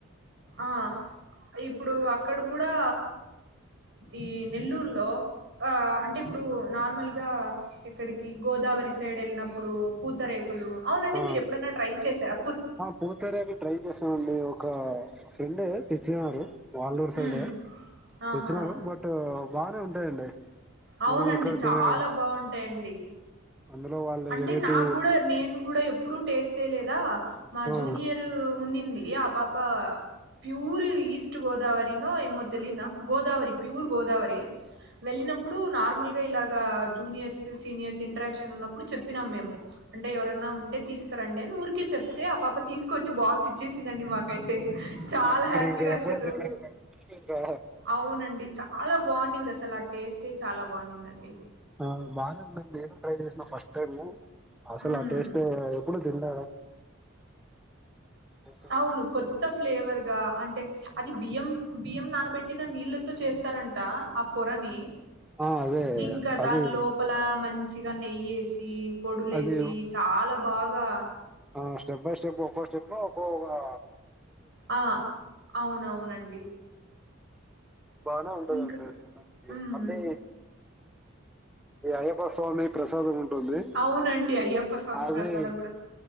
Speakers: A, on the right; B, in the centre.
A: ఆ ఇప్పుడు అక్కడ కూడా ఈ నెల్లూరులో ఆ అంటే ఇప్పుడు నార్మల్గా ఎక్కడికి గోదావరి సైడ్ వెళ్ళినప్పుడు పూతరక్ కులు అవునండి
B: ఆ,
A: మీరు ఎప్పుడైనా ట్రై చేసారా
B: ఆ పూతరేకులు ట్రై చేసామండి ఒక ఫ్రెండే తెచ్చినారు వాళ్ళూరు సైడే
A: మ్ ఆహా
B: తెచ్చినారు బట్ బానే ఉంటాయండి
A: అవునండి
B: మనం ఇక్కడ
A: చాలా
B: తినే
A: బాగుంటాయండి
B: అందులో వాళ్ళు
A: అంటే
B: వెరైటీ
A: నాకు కూడా నేను కూడా ఎప్పుడు టేస్ట్ చేయలేదా మా
B: ఆ, ఆ,
A: జూనియర్ ఉన్నింది ఆ పాప ప్యూర్ ఈస్ట్ గోదావరినో ఏమో తెలియద్ నాక్ గోదావరి ప్యూర్ గోదావరి వెళ్లిన నార్మల్ గా ఇలాగా జూనియర్స్ సీనియర్స్ ఇంటరాక్షన్ ఉన్నప్పుడు చెప్పినాం మేము అంటే ఎవరన్నా ఉంటే తీస్క రండి అని ఊరికే చెప్తే ఆ పాప తీసుకొచ్చి బాక్స్ ఇచ్చేసిందండి మాకైతే చాలా
B: నేను
A: హ్యాపీగా
B: ఇంక ఎప్పుడూ
A: అసలు
B: తినలేదు కాబట్టి ఇంకా
A: అవునండి చాలా బావునింది అసల ఆ టేస్టే చాలా బావునిందండి
B: ఆ బాగా నేను ట్రై చేసిన ఫస్ట్ టైమ్ అసలు
A: ఉమ్
B: ఆ టేస్టే వేరే లెవ్ ఎప్పుడు దింద టేస్టీగా
A: అవును
B: ఉంది
A: కొత్త ఫ్లేవర్ ఆ అంటే అది బియ్యం బియ్యం నానబెట్టిన నీళ్ళతో చేస్తార ట ఆ పొరని
B: ఆ అదే
A: ఇంకా దాని
B: అది
A: లోపల మం చిగా నెయి ఏసి పొడులే
B: అది
A: లెసి చాలా బాగ్ గ
B: ఆ స్టెప్ బై స్టెప్ ఒక్కో స్టెప్ ఒక్కో లా
A: ఆ అవునవునండి
B: బానే ఉంటదండి
A: ఇంకా ఉమ్
B: మండి ఈ అయ్యప్ప స్వామి ప్రసాదం టుంది
A: అవునండి అయ్యప్ప స్వామి
B: అది
A: ప్రసాదం కూడా